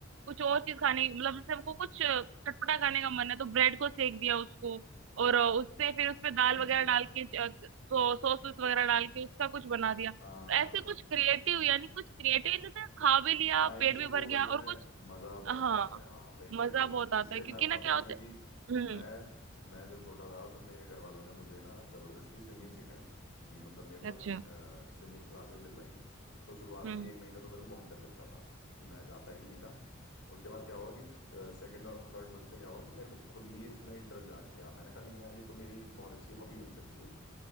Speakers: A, on the right; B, on the left.
A: कुछ और चीज खाने मतलब जैसे हमको कुछ अ, चटपटा खाने का मन है तो ब्रेड को सेक दिया उसको और अ, उससे फिर उसपे दाल
B: समझ
A: वगैरह
B: गया
A: डाल के अ, सो, सॉस वॉस वगैरह डाल के उसका कुछ बना दिया तो
B: हाँ हाँ
A: ऐसे
B: हाँ
A: कुछ क्रिएटिव यानी कुछ क्रिएटिव इन द सेंस खा भी लिया
B: हाँ इन
A: पेट
B: चीजों
A: भी भर
B: को
A: गया
B: करने
A: और
B: में
A: कुछ
B: मजा बहुत
A: हाँ
B: आता है हाँ सही
A: मजा
B: कह रही हो
A: बहुत आता
B: इसके
A: है क्योंकि
B: मैं बताता
A: ना क्या
B: हूँ
A: होता
B: तुम्हें कि
A: है हम्म
B: मैं मैं जब छोटा था तो मेरे घर वालों ने मुझे ना जबरदस्ती स्विमिंग सिखाई कि मतलब मेरे को
A: अच्छा
B: ना स्विमिंग क्लासेस दिलवाई तो शुरुआत
A: हम्म
B: के एक महीने तो मेरे को बहुत डर लगता था कि मैं जाता ही नहीं था उसके बाद क्या हुआ कि सेकंड और थर्ड मंथ से क्या हुआ कि मेरे को खुद ही उसमें इंटरेस्ट जाग गया मैंने कहा नहीं यार ये तो मेरी एक बहुत अच्छी हॉबी बन सकती है